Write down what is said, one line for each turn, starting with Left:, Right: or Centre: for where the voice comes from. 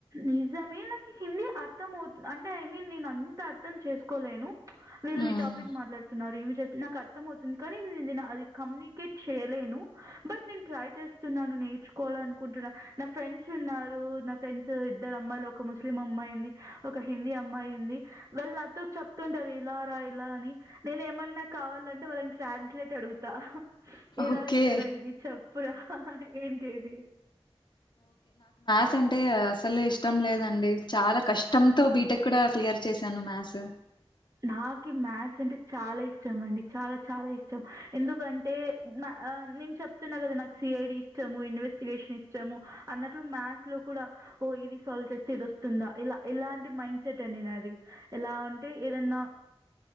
Right: నిజమే నాకు హిందీ అర్థం అవుతుంది అంటే ఐ మీన్ నేను అంత అర్థం చేసుకు కోలేను వీళ్ళు
Left: ఉమ్.
Right: ఈ టాపిక్ మాట్లాడుతున్నారు ఏమి చే నాకు అర్థం అవుతుంది కానీ కమ్యూనికేట్ చేయలేను బట్ నేను ట్రై చేస్తున్నాను నేర్చుకోవాల అనుకుంటున్నా నా ఫ్రెండ్స్ ఉన్నారు నా ఫ్రెండ్స్ ఇద్దరు అమ్మాయిలు ఒక ముస్లిం అమ్మాయి ఉంది ఒక హిందీ అమ్మాయి ఉంది వాళ్ళ నాతో చెప్తుంటారు ఇలా రా ఇలా అని నేను ఏమన్నా కావాలంటే వాళ్ళని ట్రాన్స్లేట్ అడుగుతా ఏరా
Left: ఓకే
Right: ఏదిరా ఇది చె ప్పు రా ఏంటి ఇది
Left: స్ అంటే అసలు ఇష్టం లేదండి చాలా కష్టంతో బీటెక్ కూడా క్లియర్ చేశాను మ్యాథ్స్
Right: నాకి మ్యాథ్స్ అంటే చాలా ఇష్టం అండి చాలా చాలా ఇష్టం ఎందుకంటే ఆ నేను చెప్తున్నా కదా నాకు సిఐడి ఇష్టము ఇన్వెస్టిగేషన్ ఇష్టము అన్నట్లు మ్యాథ్స్ లో కూడా ఓ ఇది సాల్వ్ చేస్తే ఇది వస్తుందా ఇలా ఇలాంటి మైండ్ సెట్ అడి నే నా అది ఎలా అంటే ఏదన్నా